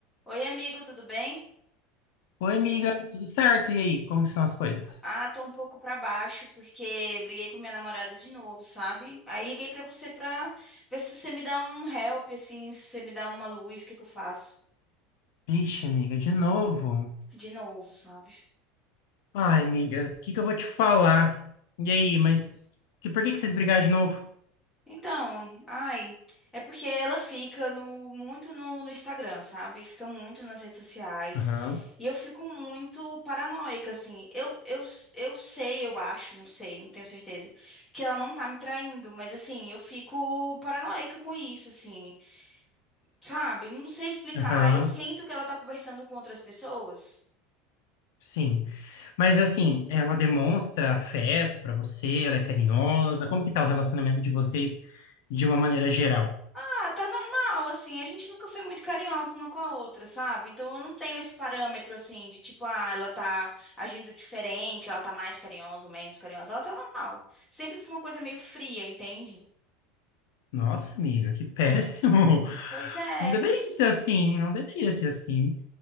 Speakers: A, in the centre; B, on the left.
A: Oi, amigo, tudo bem?
B: Oi, amiga, tudo certo? E aí, como que são as coisas?
A: Ah, tô um pouco pra baixo porque briguei com minha namorada de novo, sabe? Aí liguei pra você pra ver se você me dá um help, assim, se você me dá uma luz, o que que eu faço?
B: Ixi, amiga, de novo?
A: De novo, sabe?
B: Ai, amiga, o que que eu vou te falar? E aí, mas que, por que que vocês brigaram de novo?
A: Então, ai, é porque ela fica no, muito no, no Instagram, sabe? Fica muito nas redes sociais.
B: Aham,
A: E eu fico muito paranoica, assim. Eu, eu, eu sei, eu acho, não sei, não tenho certeza, que ela não tá me traindo, mas assim, eu fico paranoica com isso, assim. Sabe? Não sei explicar.
B: aham,
A: Eu sinto que ela tá conversando com outras pessoas.
B: sim. Mas assim, ela demonstra afeto pra você, ela é carinhosa. Como que tá o relacionamento de vocês de uma maneira geral?
A: Ah, tá normal, assim. A gente nunca foi muito carinhosa uma com a outra, sabe? Então eu não tenho esse parâmetro, assim, de tipo, ah, ela tá agindo diferente, ela tá mais carinhosa ou menos carinhosa. Ela tá normal. Sempre foi uma coisa meio fria, entende?
B: Nossa, amiga, que <laughs> péssimo.
A: Pois é.
B: Não deveria ser assim, não deveria ser assim.